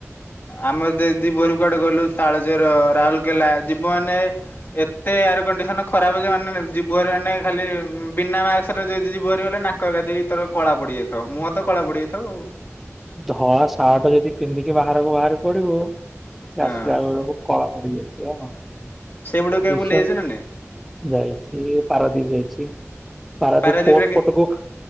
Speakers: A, on the left (about 45°); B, in the centre.
A: ଆମର ତ ଦି ପହରେ କୁଆଡେ ଗଲୁ ତାଳଚେର ରାଉରକେଲା ଯିବ ମାନେ ଏତେ ଏୟାର କଣ୍ଡିସନ ଖରାପ ଯେ ମାନେ ଯିବ ହେରା ମାନେ ଖାଲି ବିନା ମାସ୍କରେ ଯଦି ଯିବୁ ହେରି ବୋଲେ ନାକ କାଧି ଭିତର କଳା ପଡି ଯାଇଥିବ, ମୁହଁ ତ କଳା ପଡି ଯାଇଥିବ ଆଉ।
B: ଧଳା ସାର୍ଟ ଯଦି ପିନ୍ଧିକି ବାହାରକୁ ବାହାରି ପଡିବୁ ସେ
A: ହଁ
B: ଆସିଲା ବେଳକୁ କଳା ପଡି ଯାଇଥିବ ନ
A: ସେଇପଟକୁ କେବେ
B: ବିଷ
A: ବୁଲି ଯାଇଛ ନା ନାଇଁ?
B: ଯାଇଚି ପାରାଦ୍ୱୀପ ଯାଇଚି। ପାରାଦୀପ
A: ପାରାଦ୍ୱୀପରେ
B: ପୋଟ
A: କେ
B: ପଟକୁ